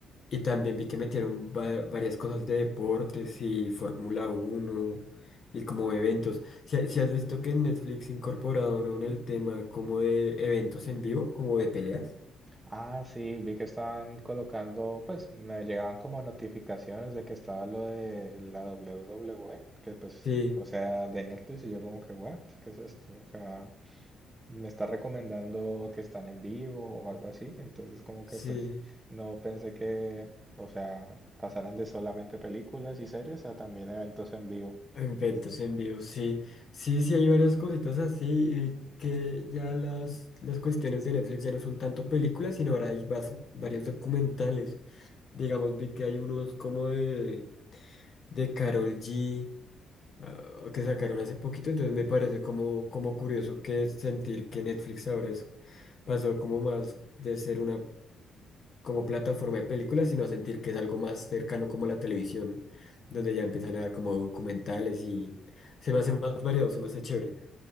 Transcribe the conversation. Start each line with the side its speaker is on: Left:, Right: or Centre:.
Left: Y también vi que metieron va- varias cosas de deportes y Fórmula uno y como eventos. Si, si has visto que en Netflix incorporaron el tema como de eventos en vivo, como de peleas.
Right: Ah, sí, vi que están colocando, pues me llegaban como notificaciones de que estaba lo de la WWE, que pues,
Left: Sí,
Right: o sea, de Netflix y yo como que, what, ¿qué es esto? O sea, me está recomendando que están en vivo o algo así, entonces como
Left: sí,
Right: que pues no pensé que, o sea, pasaran de solamente películas y series a también eventos en vivo.
Left: eventos en vivo, sí. Sí, sí, hay varias cositas así y que ya las, las cuestiones de Netflix ya no son tanto películas, sino ahora hay vas- varios documentales. Digamos, vi que hay unos como de, de Karol G ah, que sacaron hace poquito, entonces me parece como, como curioso que sentir que Netflix ahora es, pasó como más de ser una como plataforma de películas, sino a sentir que es algo más cercano como la televisión, donde ya empiezan a dar como documentales y se me hace más variado, se me hace chévere.